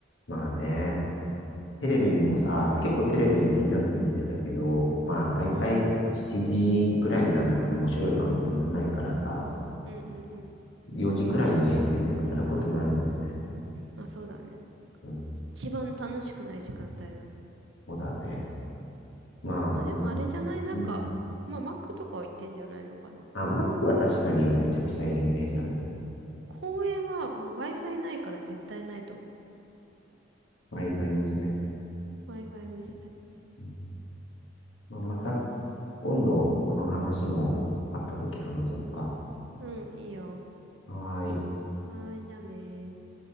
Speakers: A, on the left; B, on the right.
A: まあね。テレビもさ、結構テレビみんな見て見てたけど、まあだいたい7時くらいにならないと面白い番組やんないからさ、
B: うん。うんうんうん。
A: 4時くらいに家着いてもやることないもんね。
B: まあそうだね。
A: うん、
B: 一番楽しくない時間帯だね。
A: そうだね。まあ、
B: まあでもあれじゃない、
A: この、
B: なんか、
A: うん。
B: まあ Mac とかは行ってんじゃないのかな。
A: あ、マップは確かにめちゃくちゃいるイメージあるけど。
B: 公園はもう Wi-Fi ないから絶対ないと思う。
A: Wi-Fi の時代。
B: Wi-Fi の時代。
A: うんまあ、また、
B: どうだろうね。
A: 今度、この話もあったとき話そっか。
B: うん、いいよ。
A: はーい。
B: はーい、じゃあねー。